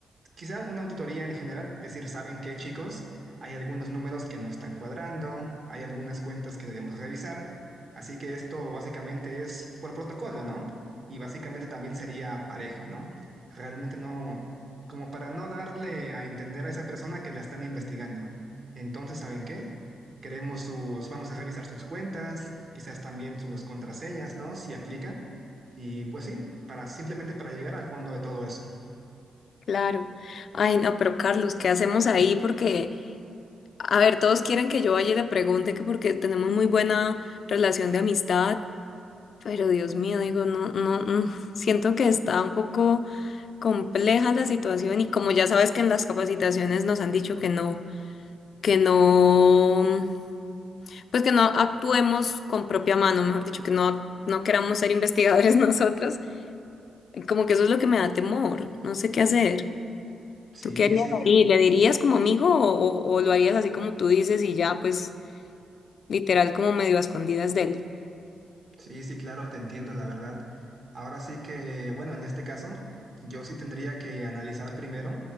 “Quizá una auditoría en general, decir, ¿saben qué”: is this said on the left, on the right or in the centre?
Right